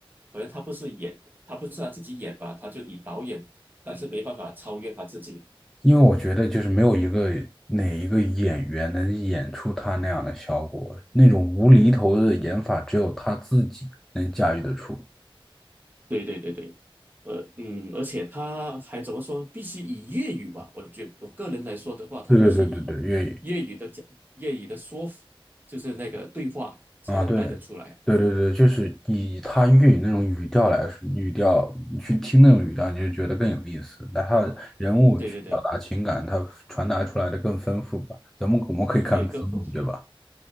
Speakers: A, on the right (about 20°); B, in the centre.
A: 可能他不是演，他不是他自己演吧，他就以导演，但是没办法超越他自己。
B: 因为我觉得就是没有一个哪一个演员能演出他那样的效果，那种无厘头的演法，只有他自己能驾驭得出。
A: 对对对对，呃嗯，而且他还怎么说？必须以粤语吧？我觉我个人来说的话，他必须以粤语的讲粤语的说，
B: 对对对对对，粤语。
A: 就是那个对话才能带得出来。
B: 啊，对，对对对，就是以他粤语那种语调来说，语调你去听那种语调，你就觉得更有意思。但他人物去表达情感，
A: 对对对
B: 他传达出来的更丰富吧。咱们我们可以看字幕，
A: 对，各方
B: 对吧？